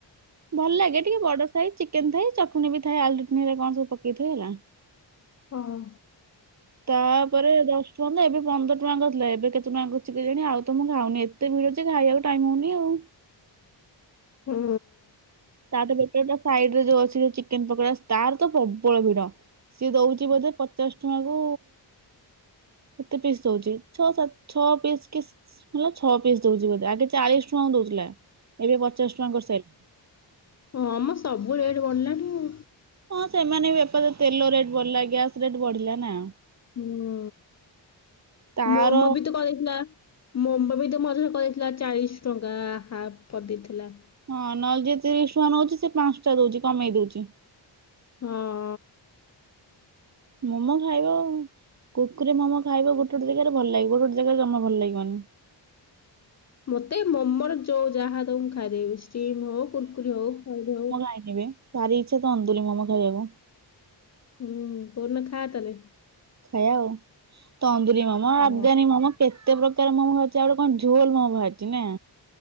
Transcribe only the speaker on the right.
ଭଲ ଲାଗେ ଟିକେ ବଡ ସାଇଜ ଚିକେନ ଥାଇ ଚଟଣି ବି ଥାଏ ଆଳୁଲଳ ଚଟୀରେ କଣ ସବୁକେଇ ଥାଏ ହେଲା।
ତାପରେ ଦଶ ଟଙ୍କା ତ ଏବେ ପନ୍ଦର ଟଙ୍କା କରିଥିଲା ଏବେ କେତେ ଟଙ୍କା କରିଛିି କେ ଜାଣି ଆଉ ତ ମୁଁ ଖାଉନି ଏ ଏତେ ଭିଡ଼ ଯେ ଖାଇବାକୁ ଟାଇମ ହଉନି ଆଉ।
ତାଠୁ ବେଟର ସାଇଡ ରେ ଯୋଉ ଅଛି ଚିକେନ ପକୋଡା ତାର ତ ପ୍ରବଳ ଭିଡ। ସିଏ ଦଉଛି ବୋଧେ ପଚାଶ ଟଙ୍କା କୁ କେତେ ପିସ୍ ଦଉଛି ଛଅ ସାତ ଛଅ ପିସ୍ କି ଛଅ ପିସ୍ ଦଉଛି ବୋଧେ ଆଗେ ଚାଳିଶ ଟଙ୍କାଙ୍କୁ ଦଉଥିଲା ଏବେ ପ ଚଷ୍ଟ ଟଙ୍କା କରିଶାଇ
ହଁ ସେମାନେ ବି ବେପାର ତେଲ ରେଟ୍ ବଢିଲା ଗ୍ୟାସ ରେଟ ବଢିଲା ନା।
ତାର
ହଁ ନହେଲେ ଜିଏ ତିରିଶ ଟଙ୍କା ନଉଛି ସେ ପାଞ୍ଚ ଟା ଦଉଛି କମେଇ ଦଉଛି।
ମୋମୋ ଖାଇବ କୁକୁର ମୋମୋ ଖାଇବ ଗୋଟେ ଗୋଟେ ଜାଗାରେ ଭଲ ଲାଗିବ ଗୋଟେ ଗୋଟେ ଜାଗାରେ ଜମା ଭଲ ଲାଗିବାନି।
ଆଗିବେ ଭାରି ଇଚ୍ଛା ତନ୍ଦୁରି ମୋମ ଖାଇବାକୁ।
ଖାଇ ଆଉ ତନ୍ଦୁରୀ ମୋମ
ଆଫଗାନୀ ମୋମ। କେତେ ପ୍ରକାର ମୋମ୍ ହଉଛି ଆଉ ଗୋଟେ କଣ ଝୋଲ ମୋ ଅଛି ନା?